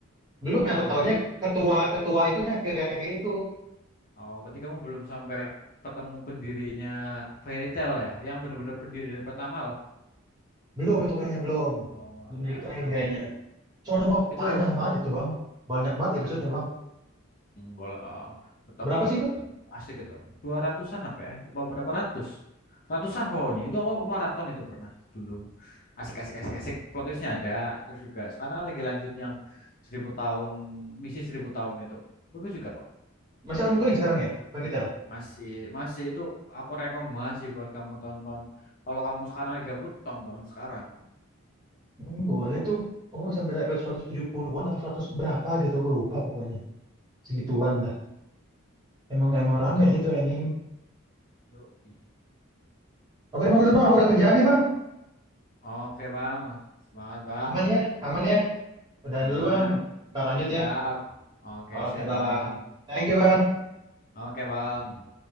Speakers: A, on the right (about 20°); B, on the left (about 40°).
A: belum
B: Bukan.
A: yang aku tahunya
B: Jadi
A: ketua ketua itunya kakek kakek itu
B: oh, berarti kamu belum sampai ketemu pendirinya Fairy Tail ya, yang benar-benar pendiri dari pertama loh.
A: belum itu kayaknya belum
B: Oh,
A: belum
B: alah,
A: diceritain
B: itu
A: kayaknya soalnya bang
B: itu
A: panjang banget itu bang banyak banget episodenya
B: plot.
A: bang
B: Enggak lah, tetap,
A: berapa sih itu
B: tetap asik itu. Dua ratusan apa ya? Apa berapa ratus? Ratusan pokoknya. Itu aku maraton itu pernah dulu. Asik, asik, asik, asik. Plot twistnya ada. Terus juga sekarang lagi lanjut yang seribu tahun, misi seribu tahun itu. Bagus juga kok.
A: masih ongoing sekarang ya Fairytale
B: Masih, masih itu aku rekomendasi buat kamu tonton. Kalau kamu sekarang lagi gabut, tonton sekarang.
A: hmm, boleh tuh aku masih sampai episode 170-an apa 100 berapa gitu aku lupa pokoknya segituan lah emang emang rame sih itu anime
B: Yoi.
A: Oke bang, itu bang, aku udah kerjaan nih bang.
B: Oke, Bang. Semangat, Bang.
A: Aman ya, aman ya. Udahan
B: Aman.
A: dulu bang, ntar lanjut
B: Siap.
A: ya.
B: Oke,
A: Oke
B: siap,
A: bang,
B: Bang.
A: thank you bang.
B: Oke, Bang.